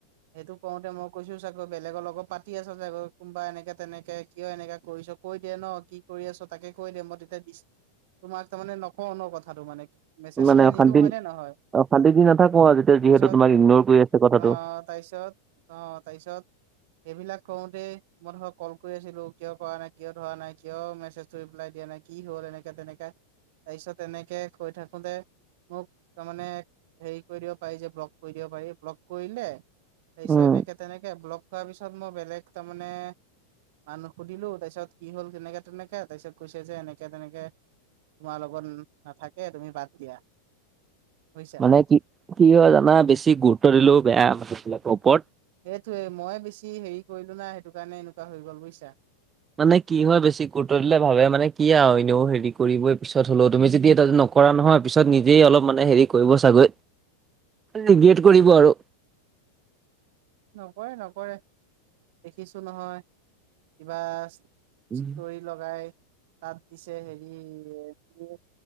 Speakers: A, on the right; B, on the right.
A: সেইটো কওঁতে মই কৈছো চাগৈ বেলেগৰ লগত পাতি আছা চাগৈ, কোনোবা এনেকে তেনেকে কিয় এনেকা কৰিছ কৈ দিয়ে ন কি কৰি আছ তাকে কৈ দে মই তেতিয়া দিচ, তোমাক তাৰ মমানে নকওঁ ন কথাটো মানে মেছেজ
B: মানে
A: চেছেজ
B: অশান্তি
A: নিদিওঁ হয় নে নহয়
B: - অশান্তি দি নাথাকো আজি,
A: তাৰপিছত
B: যিহেতু তোমাক ইগনৰ কৰি আছে কথাটো।
A: আহ তাৰপিছত, অ তাৰপিছত সেইবিলাক কৰোতেই মই ধৰক কল কৰি আছিলো, কিয় কৰা নাই কিয় ধৰা নাই কিয় মেছেজটো ৰিপ্লাই দিয়া নাই কি হ'ল এনেকা - তেনেকা? তাৰপিছত এনেকে কৈ থাকোতে মোক তাৰমানে হেৰি কৰি দিব পাৰি যে ব্লক কৰি দিব পাৰি, ব্লক কৰিলে তাৰপিছত
B: উম
A: এনেকে তেনেকে, ব্লক কৰা পিছত মই বেলেগ তাৰমানে বা নুসুধিলো তাৰপিছত কি হল কেনেকে- তেনেকে তাৰপিছত কৈছে যেনেকে- তেনেকে তোমাৰ লগত নাথাকে তুমি বাদ দিয়া। বুজিছা
B: মানে কি কি হয় জানা বেছি গুৰুত্ব দিলেও বেয়া মানুহবিলাকৰ ওপৰত।
A: সেইটোয়ে মই বেছি হেৰি কৰিলো না সেইটো কাৰণে এনেকুৱা হৈ গ'ল বুজিছা।
B: মানে কি হয় বেছি গুৰুত্ব দিলে ভাবে মানে কি আৰু এনেও হেৰি কৰিবই পিছত হলেও তুমি যে দিয়া ন কৰা নহয়, পিছত নিজেই অলপ মানে হেৰি কৰিব চাগৈ, ৰিগৰেট কৰিব আৰু।
A: নকৰে নকৰে। দেখিছো নহয় কিবা
B: উম,
A: ষ্টৰি লগাই, তাত দিছে হেৰি হেৰি